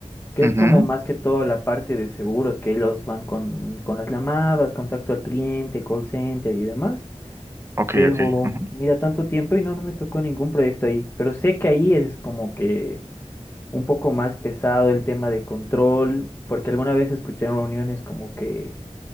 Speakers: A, on the left (about 20°); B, on the right (about 20°).
A: que
B: Ujú.
A: es como más que todo la parte de seguros, que ellos van con con las llamadas, contacto al cliente, call center y demás.
B: Ok,
A: Pero
B: ok. ujú.
A: mira, tanto tiempo y no, no me tocó ningún proyecto ahí. Pero sé que ahí es como que un poco más pesado el tema de control, porque alguna vez escuché en reuniones como que